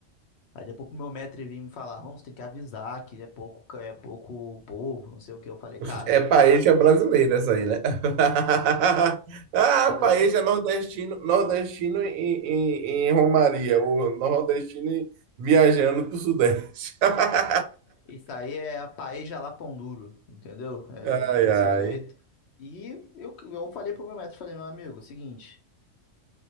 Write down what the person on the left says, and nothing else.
Aí depois pro meu mestre vir me falar, Holmes, tem que avisar que é pouco, é pouco povo, não sei o que. Eu falei,
cara,
na verdade,
isso aí é a paeja lá pão duro, entendeu? É
desse
jeito. E eu, eu falei pro meu mestre, falei, meu amigo, seguinte,